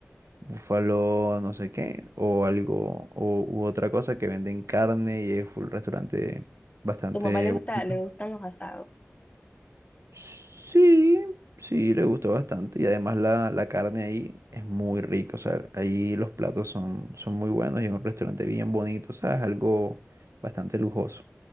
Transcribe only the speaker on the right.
Búfalo no sé qué, o algo, o, u otra cosa que venden carne y es un restaurante bastante
bonito.
Sí, sí, le gustó bastante. Y además la, la carne ahí es muy rica. O sea, ahí los platos son, son muy buenos y es un restaurante bien bonito. O sea, es algo bastante lujoso.